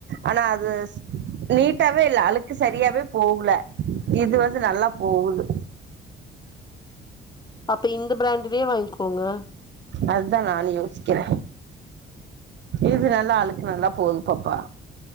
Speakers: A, on the right; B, on the left.
A: ஆனா அது நீட்டாவே இல்ல அழுக்கு சரியாவே போகல இது வந்து நல்லா போகுது
B: அப்ப இந்த பிராண்டலயே வாங்கிக்கோங்க
A: அதுதா நானும் யோசிக்கற இது நல்லா அழுக்கு நல்லா போகுது பாப்பா